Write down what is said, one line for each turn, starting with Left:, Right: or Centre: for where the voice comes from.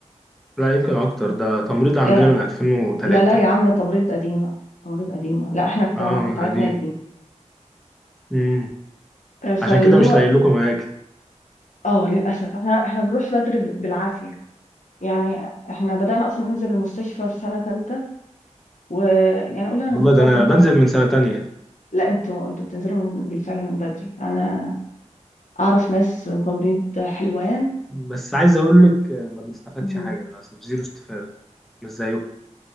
Centre: لا يمكن اكتر ده تمريض عندنا
Left: لا لا
Centre: من 2003
Left: لا لا يا عم تمريض قديمة تمريض قديمة لا احنا بتاعنا
Centre: اه من
Left: بتاعتنا
Centre: قديم
Left: جديد
Centre: امم
Left: آه، فاللي
Centre: عشان كده
Left: هو
Centre: مش لاقي لكم اماكن
Left: اه للأسف احنا احنا بنروح بدري ب- بالعافية يعني احنا بدأنا أصلا ننزل المستشفى في سنة تالتة ويعني قولي أنا
Centre: والله
Left: نزلتها
Centre: ده انا
Left: كم
Centre: بنزل
Left: مرة
Centre: من سنة تانية
Left: لا انتوا انتوا بتنزلوا من بالفعل من بدري أنا أعرف ناس من تمريض حلوان
Centre: بس عايز اقول لك ما بنستفادش
Left: مهم.
Centre: حاجة للاسف زيرو استفادة مش زيكم